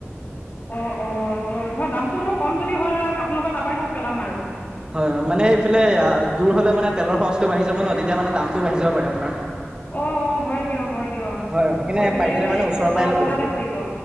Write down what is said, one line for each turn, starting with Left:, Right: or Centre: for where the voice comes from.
Left: অ অ ধৰ দামটো ধৰ কম যদি হয় ধৰক আপোনালোকৰ তাৰপৰাই ধৰক পেলাম আৰু।
Right: হয় হয় মানে এইফালে দূৰ হলে মানে তেলৰ খৰচটো বাঢ়ি যাব নহ তেতিয়া মানে দামটো বাঢ়ি যাব পাৰে আপোনাৰ।
Left: অ অ হয় দিয়ক হয় দিয়ক
Right: হয় সেইকাৰণে
Left: গৈ পেলাই
Right: পাৰিলে মানে ওচৰৰ
Left: এটা
Right: পৰাই ল'ব
Left: পটাতে
Right: লাগে
Left: পৰিব।